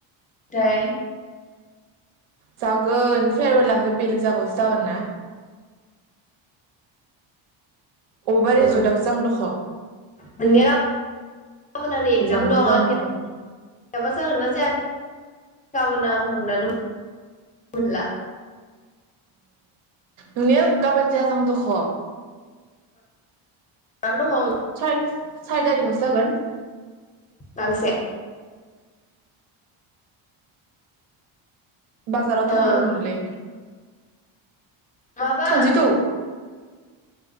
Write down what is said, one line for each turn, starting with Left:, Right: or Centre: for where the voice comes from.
Left: थाय
Right: जागोन फेरवेलाबो बेलेग जागायावसो जागोन ना अबेबा रिजर्टआवसो
Left: ओ
Right: जागोन दख'
Left: नोंनिया गाबोन आरो एगजाम
Right: एगजामानोथ'
Left: दं
Right: जागोन
Left: आंनियाबा
Right: बिदिबा
Left: जागोन ना जाया? गाबोन आं हमनानै <unintelligible> मोनला
Right: उम <unintelligible> गाबोन जायाजां दख
Left: फरायनानै दङ आं
Right: साद सारि थारिख आवसो जागोन।
Left: गांसे
Right: बाजाराव थांनांगौमोनलै।
Left: ओं माबा
Right: थामजिद